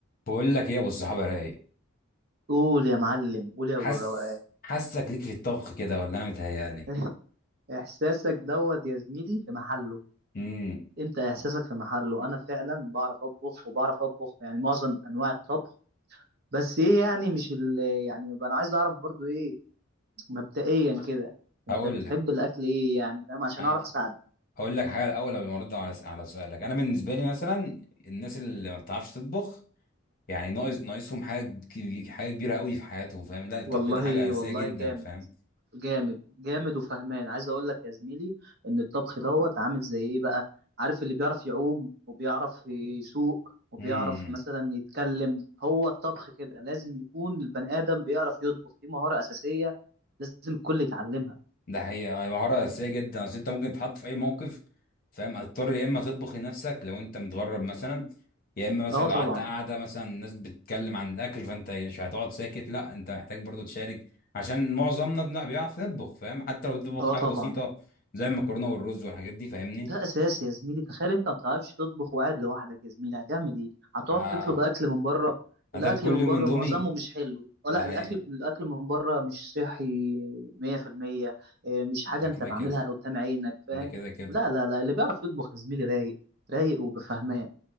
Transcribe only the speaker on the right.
قول يا معلم قول يا ابو
الروقان
<laughs> احساسك دوت يا زميلي في محله
انت احساسك في محله انا فعلا بعرف اطبخ وبعرف اطبخ يعني معظم انواع الطبخ بس ايه يعني مش ال يعني يبقى انا عايز اعرف برضو ايه مبدئيا كده انت
بتحب
الاكل ايه يعني فاهم عشان
اعرف اساعدك
والله
والله
جامد
جامد جامد وفهمان عايز اقول لك يا زميلي ان الطبخ دوت عامل زي ايه بقى عارف اللي بيعرف يعوم وبيعرف يسوق وبيعرف
مثلا يتكلم هو الطبخ كده لازم يكون البني ادم بيعرف يطبخ دي مهارة اساسية لازم الكل يتعلمها
اه
طبعا
اه
طبعا
ده اساسي يا زميلي تخيل انت ما بتعرفش تطبخ وقاعد لوحدك يا زميلي هتعمل ايه هتقعد
تطلب اكل من بره
الاكل
من
بره
معظمه مش حلو أو
لا
الاكل الاكل من بره مش صحي 100% آه، مش حاجه
انت
بعملها
قدام عينك فاهم
لا لا لا اللي بيعرف يطبخ يا زميلي رايق رايق وبفهمان